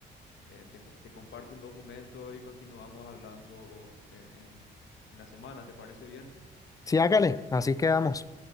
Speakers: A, on the left (about 70°); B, on the left (about 15°).
A: eh, te, co- te comparto un documento y continuamos hablando eh, en en la semana. ¿Te parece bien?
B: Sí, hágale, así quedamos.